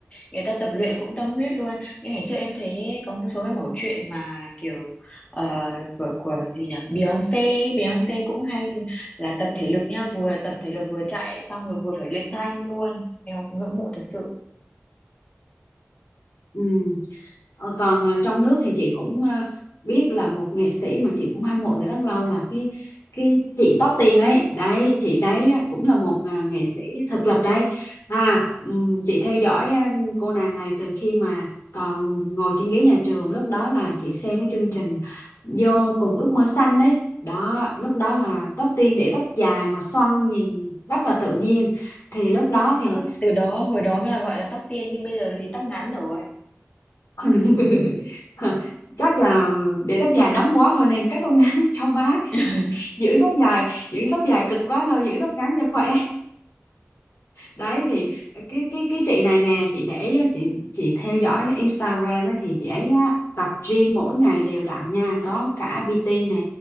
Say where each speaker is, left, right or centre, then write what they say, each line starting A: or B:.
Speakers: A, on the left (about 25°); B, on the left (about 70°).
A: người ta tập luyện cũng tâm huyết luôn nhưng ngày trước em thấy có một số cái mẩu chuyện mà kiểu ờ, của của gì nhỉ Beyonce Beyonce cũng hay là tập thể lực nha vừa tập thể lực vừa chạy xong rồi vừa phải luyện thanh luôn em ngưỡng mộ thật sự
B: ừ. Ờ, còn ờ, trong nước thì chị cũng ờ, biết là một nghệ sĩ mà chị cũng hâm mộ từ rất lâu là cái cái chị Tóc Tiên ấy đấy chị đấy á, cũng là một à, nghệ sĩ thực lực đấy à ừm, chị theo dõi à, cô nàng này từ khi mà còn ngồi trên ghế nhà trường lúc đó là chị xem cái chương trình vô cùng ước mơ xanh đấy đó lúc đó là Tóc Tiên để tóc dài mà xoăn nhìn rất là tự nhiên thì lúc đó
A: đó,
B: thì
A: từ đó hồi đó mới là gọi là tóc tiên nhưng bây giờ thì tóc ngắn rồi
B: <laughs> chắc là để tóc dài nóng quá thôi nên cắt tóc ngắn <laughs> cho mát
A: <laughs>
B: giữ tóc dài giữ tóc dài cực quá thôi giữ tóc ngắn cho khỏe đấy thì cái cái cái chị này nè chị để ý á, chị chị theo dõi cái Instagram ấy, thì chị ấy á, tập gym mỗi ngày đều đặn nha có cả PT nè